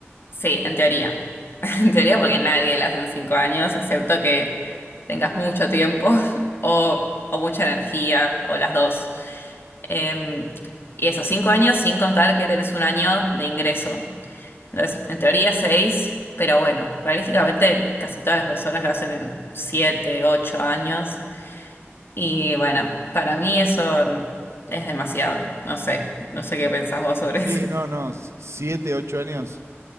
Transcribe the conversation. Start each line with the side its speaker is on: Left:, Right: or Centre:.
Left: Sí, en teoría. <laughs> En teoría porque nadie la hace en 5 años, excepto que tengas mucho tiempo <laughs> o, o mucha energía o las dos. Em, y esos 5 años sin contar que tenés un año de ingreso entonces, en teoría seis, pero bueno, realísticamente casi todas las personas lo hacen en siete, ocho años. Y bueno, para mí eso no- es demasiado. No sé, no sé qué pensás vos sobre
Right: Sí,
Left: eso.
Right: no, no,
Left: <laughs>
Right: s- siete, ocho años.